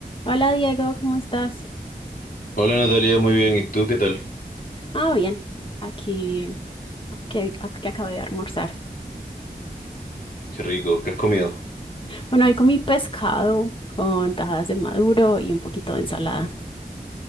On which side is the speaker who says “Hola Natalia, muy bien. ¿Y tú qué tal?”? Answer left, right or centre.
Left